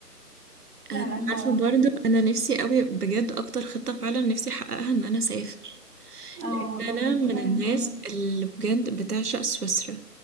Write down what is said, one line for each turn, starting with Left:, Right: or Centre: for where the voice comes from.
Centre: فعلا
Right: آه،
Centre: ف
Right: عارفة برضو أنا نفسي قوي بجد أكتر خطة فعلا نفسي أحققها إن أنا أسافر
Centre: اه
Right: لأن
Centre: والله
Right: أنا
Centre: ربنا
Right: من الناس
Centre: يرزقنا
Right: اللي بجد بتعشق سويسرا